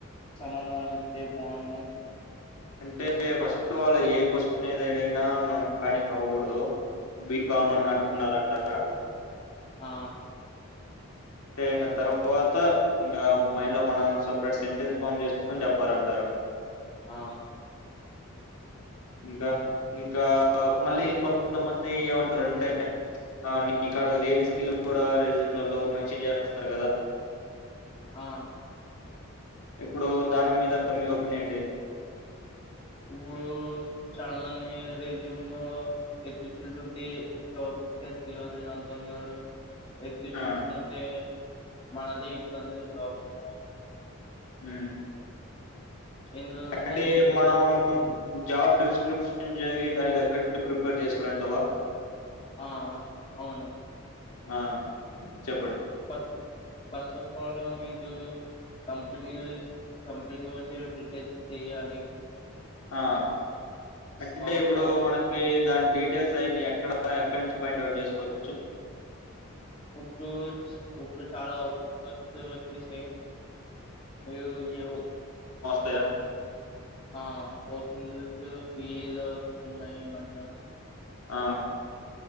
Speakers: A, on the left; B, on the left.
A: సమాధాన ఇస్తే బాగుంను
B: అంటే ఫస్ట్ ఆల్ ఏ క్వశ్చన్ ఏద ఏదైనా మనం ప్యానిక్ అవ్వకూడదు. బీ కామన్
A: ఆ
B: అన్నట్టుండాలంటారా
A: అవును. ఆ
B: అంటే ఇంగ తర్వాత ఇంకా మైండ్ లో మనం సపరేట్ సెంటెన్స్ ఫామ్ చేసుకో ని చెప్పాలంటారు.
A: ఆ
B: ఇంకా ఇంకా మళ్ళీ కొంతమంది ఏమంటారంటే అవుని ఇక్కడ లేని స్కిల్ కూడా రెజూమ్లలో మంచిన్ చేస్తారు కదా.
A: ఆ
B: ఇప్పుడు దాని మీద మీ ఒపీనియన్ ఏంటి.
A: ఇప్పుడు చాలా మంది రెజ్యూమ్ లో <unintelligible> చేత్ అని అంతు ఉన్నారు హెల్త్ ఇషుస్
B: ఆ!
A: ఉంటే మనదే ఇబ్బంది ప్రాబ్లెము
B: ఉ
A: ఎందుకంటే
B: అంటే
A: ఇప్పుడు
B: మనం జాబ్ డిస్క్రిప్షన్ చదివి దానికి తగ్గట్టు ప్రిపేర్ చేసుకోవాలంటావా.
A: ఆ అవును
B: ఆ చెప్పండి
A: ఫస్ట్ ఫస్ట్ ఆఫ్ ఆల్ మీరు కంపెనీ కంపెనీ వచె డిటేల్స్ తీయాలి.
B: ఆ అంటే
A: తర్వాత
B: ఇప్పుడు మనకి దాన్ డీటెల్స్ ఐయని ఎక్కడ ఎక్క నుంచి ఫైండ్ అవుట్ జేష్ కోచ్చు
A: ఉప్పు చ ఉపుల్ చాలా ఓ కొత్ తు ఓచ్చేశాయి ఏదో ఏవో
B: తయా
A: ఆ ఓపెన్స్ ఫి ఓత్తున్నాయి ఈ మధ్య
B: ఆ